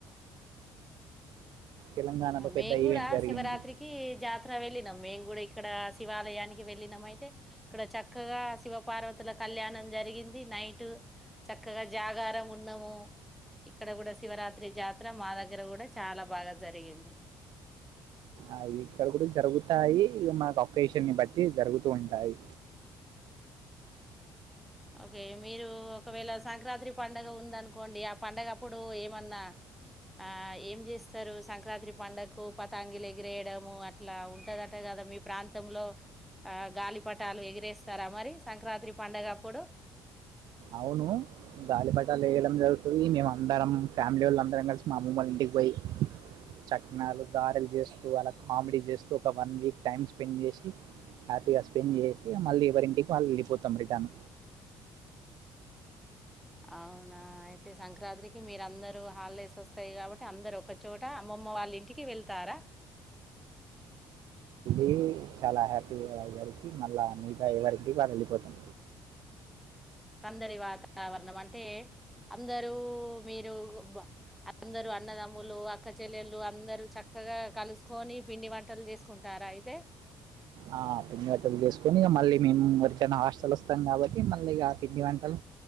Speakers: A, on the right; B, in the centre.
A: తెలంగాణలో పెద్ద
B: మేమ్
A: ఈవెంట్
B: గుడా
A: జరిగింది
B: శివరాత్రికీ జాతర వెళ్ళినం మేం గుడా ఇక్కడా శివాలయానికి వెళ్ ళినం ఐతే ఇక్కడ చక్కగా శివ పార్వతుల కళ్యాణం జరిగింది నైట్ చక్కగ జాగారం ఉన్నమూ ఇక్కడ గుడా శివరాత్రి జాతర మా దగ్గర గుడా చాలా బాగా జరిగింది
A: ఆ ఇక్కడ కుడ జరుగుతాయి మాక్ పపేష్ బట్టి జరుగుతూ ఉంటాయి
B: ఓకే మీరూ ఒకవేళ సంక్రాంతి పండుగ ఉందనుకోండి ఆ పంండగ అప్పుడు ఏమన్నా ఆ ఏం చేస్తరు సంక్రాంతి పండకు పతాంగిలు ఎగిరేయడము అట్లా ఉంటదట కదా మీ ప్రాంతంలో ఆ గాలిపటాలు ఎగిరేస్తారా మరి సంక్రాంతి పండగప్ పుడు
A: అవును గాలిపటాలు ఏయడం జరుగుతది మేమ్ అందరం ఫ్యామిలోళ్ళం అందరం కలిసి మామమ్మొళ్ ఇంటికి వోయ్ చక్నాలు గారల్ చేస్తూ అలా కామెడీ చేస్తూ ఒక వన్ వీక్ టైమ్ స్పెండ్ చేషి హ్యాపీగా స్పెండ్ చేసి మళ్ళీ ఎవరింటికి వాళ్ ఎళ్ళిపోతాం రిటర్న్
B: అవునా ఐతే సంక్రాంతికి మీర్ అందరూ హల్లేస్ ఒస్తాయి కాబట్టి అందర్ ఒకచోట అమ్మమ్మ వాళ్ళింటికి వెళ్తారా
A: ఈ చాలా హ్యాపీగా గలిసి మళ్ళా మీతా ఎవరింటిక్ వాళ్ ఎళ్ళిపోతం
B: సందడి వాతావరణం అంటే అందరూ మీరూ అందరు అన్నదమ్ములు అక్క చెల్లెళ్ళలు అందరు చక్ కగా కలుసుకోని పిండి వంటల్ చేసుకుంటారా అయితే
A: ఆ పిండి వంటల్ చేసుకొని ఇగ మళ్ళీ మేము ఎరికైనా హాస్టల్ వస్ అం కాబట్టి మళ్ళిగ పిండి వంటల్